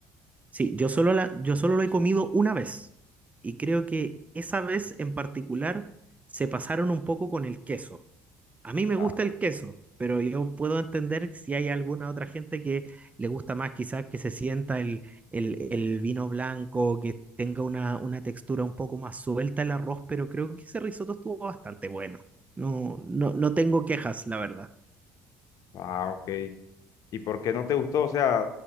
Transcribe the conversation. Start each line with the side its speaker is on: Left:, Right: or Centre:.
Right: Sí, yo solo, la, yo solo lo he comido una vez y creo que esa vez en particular se pasaron un poco con el queso. A mí me
Left: Ah,
Right: gusta el queso, pero yo puedo entender si hay alguna otra gente que le gusta más, quizás que se sienta el, el, el vino blanco, que tenga una, una textura un poco más suelta el arroz, pero creo que ese risotto estuvo bastante bueno. No, no, no tengo quejas, la verdad.
Left: ah, ok. ¿Y por qué no te gustó? O sea,